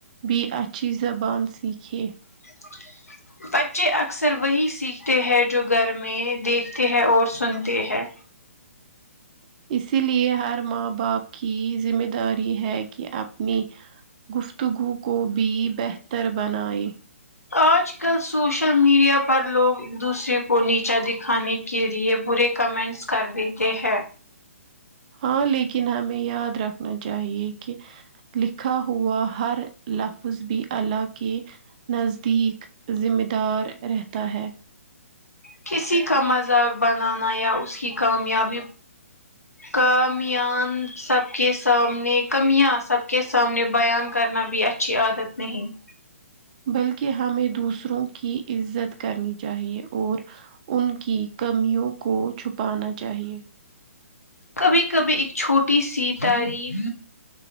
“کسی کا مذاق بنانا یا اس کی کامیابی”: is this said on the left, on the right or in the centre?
Left